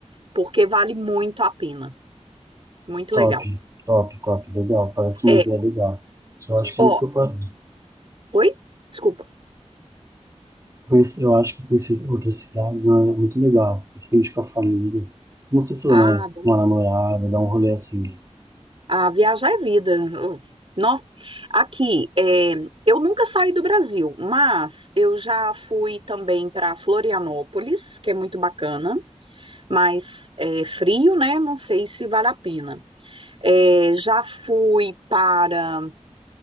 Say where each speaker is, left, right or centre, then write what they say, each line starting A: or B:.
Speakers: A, on the right; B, on the right.
A: porque vale muito a pena. Muito
B: Top,
A: legal.
B: top, top, legal. Parece uma
A: É,
B: ideia legal. Eu acho que
A: ó,
B: é isso que eu faço.
A: oi? Desculpa.
B: Conhece- Eu acho que conhecer outras cidades, né, é muito legal, principalmente com a família. Como você falou,
A: Ah,
B: né? Uma namorada, dar um rolê assim, né?
A: a viajar é vida. Nó. Aqui, é, eu nunca saí do Brasil, mas eu já fui também para Florianópolis, que é muito bacana, mas é frio, né? Não sei se vale a pena. É, já fui para